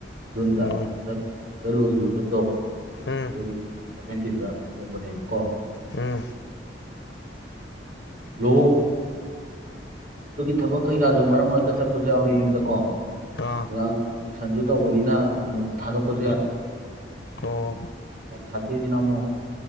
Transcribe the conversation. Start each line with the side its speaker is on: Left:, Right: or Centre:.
Right: ꯖꯨꯟꯗ
Left: ꯑꯣ
Right: ꯍꯗ ꯂꯣꯏꯈꯤꯕ ꯖꯨꯟꯗꯣ
Left: ꯎꯝ
Right: ꯑꯗꯨꯒꯤ ꯁꯚꯦꯟꯇꯤꯟꯗ ꯑꯍꯧꯕꯅꯦꯕꯀꯣ
Left: ꯎꯝ
Right: ꯂ ꯑꯗꯨꯒꯤ ꯊꯕꯛ ꯀꯩꯀꯥꯁꯨ ꯃꯔꯛ ꯃꯔꯛꯇ ꯆꯠꯄꯁꯨ ꯌꯥꯎꯔꯤ ꯌꯨꯝꯗ ꯀꯣ
Left: ꯑꯥ
Right: ꯑ ꯇ꯭ꯏꯁꯟꯁꯨ ꯇꯧꯕꯅꯤꯅ ꯑꯃꯨꯛ ꯊꯥꯗꯣꯛꯄꯁꯨ ꯌꯥ
Left: ꯑꯣ
Right: ꯁꯥꯇ꯭ꯔꯤꯁꯤꯅ ꯑꯃꯨꯛ